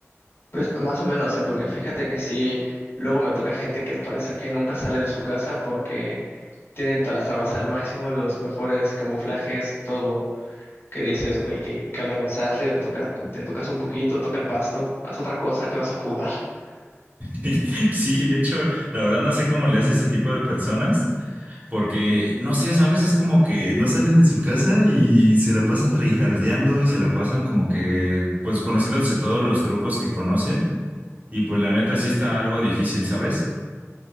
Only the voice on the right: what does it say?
<laughs> Sí, de hecho, la verdad no sé cómo le hace ese tipo de personas Porque, no sé, ¿sabes? Es como que no salen de su casa y se la pasan traijardeando y se la pasan como que, pues, conociéndose todos los trucos que conocen. Y pues la neta sí está algo difícil, ¿sabes?